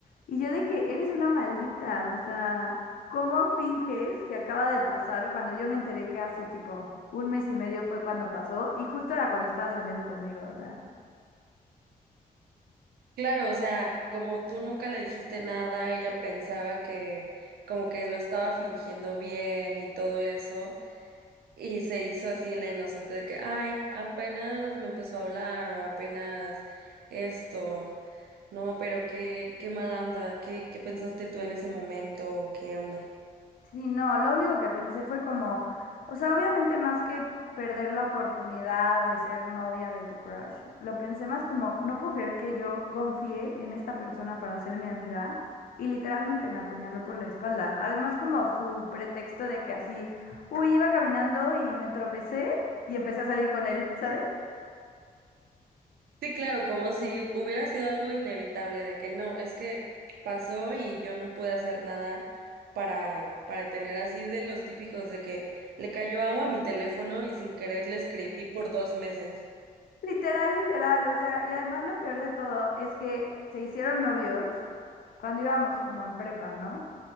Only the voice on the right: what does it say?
Claro, o sea, como tú nunca le dijiste nada, ella pensaba que como que lo estaba fingiendo bien y todo eso, y se hizo así la inocente de que, ay, apenas me empezó a hablar o apenas esto. No, pero qué, qué mala onda, ¿qué, qué pensaste tú en ese momento? ¿Qué onda?
Sí, claro, como si hubiera sido algo inevitable de que no, es que pasó y yo no pude hacer nada para para detener así de los típicos de que le cayó agua a mi teléfono y sin querer le escribí por dos meses.